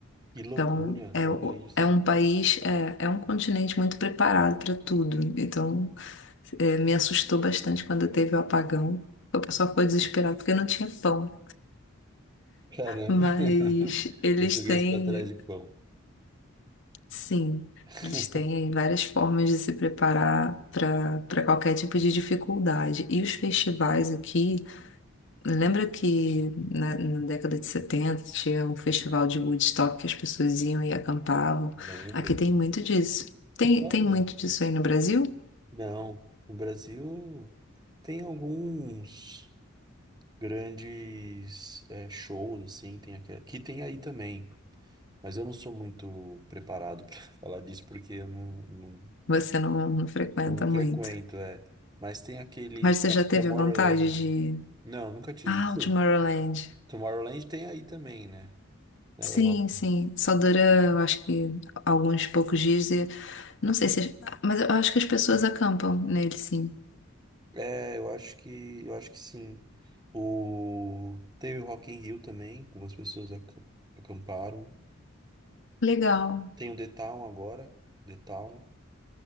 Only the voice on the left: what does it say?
Então, é,
o-
é um país, é, é um continente muito preparado para tudo. Então, é, me assustou bastante quando teve o apagão. O pessoal ficou desesperado porque não tinha pão.
Mas
eles
têm.
Sim,
eles têm aí várias formas de se preparar para para qualquer tipo de dificuldade. E os festivais aqui, lembra que na, na década de 70 tinha um festival de Woodstock que as pessoas iam e acampavam?
Aqui
tem muito disso. Tem,
tem muito disso aí no Brasil?
Você não, não frequenta
muito.
Mas você já teve
vontade de.
Ah,
o Tomorrowland.
Sim,
sim. Só dura, eu acho que alguns poucos dias. E... Não sei se. Mas eu acho que as pessoas acampam nele, sim.
Legal.